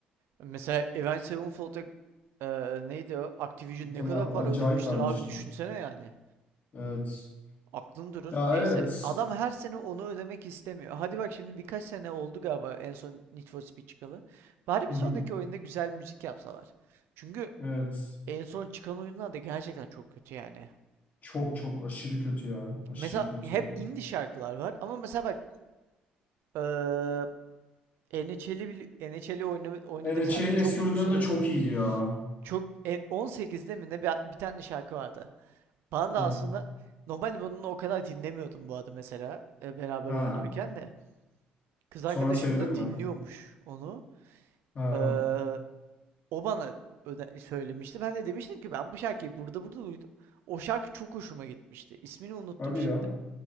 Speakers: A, on the right; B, on the left.
A: Mesela Avenged Sevenfold'a e, neydi o? Activision
B: Muhtemelen
A: ne kadar para
B: acayip
A: ödemiştir
B: vermişler.
A: abi düşünsene yani.
B: Evet.
A: Aklın durur.
B: Ya
A: Neyse.
B: evet.
A: Adam her sene onu ödemek istemiyor. Hadi bak şimdi birkaç sene oldu galiba en son Need for Speed çıkalı. Bari bir
B: Hı hı.
A: sonraki oyunda güzel müzik yapsalar. Çünkü
B: Evet.
A: en son çıkan oyunlar da gerçekten çok kötü yani.
B: Çok çok aşırı kötü ya. Aşırı
A: Mesela
B: kötü
A: hep
B: ya.
A: indie şarkılar var ama mesela bak eee NHL'i bili- NHL'i oyna- oynadık
B: N. NHL'in
A: seninle. Çok
B: eski
A: uzun
B: oyunları
A: süre
B: da çok
A: oynadık.
B: iyiydi ya.
A: Çok e, 18'de mi ne bir, bir tane şarkı vardı. Bana da
B: Hı.
A: aslında normalde bunu o kadar dinlemiyordum bu arada mesela e, beraber
B: Ha.
A: oynarken de. Kız arkadaşım
B: Sonra sevdin
A: da
B: mi?
A: dinliyormuş onu.
B: Ha.
A: Eee, o bana öde- söylemişti. Ben de demiştim ki ben bu şarkıyı burada burada duydum. O şarkı çok hoşuma gitmişti. İsmini unuttum
B: Hadi
A: şimdi.
B: ya.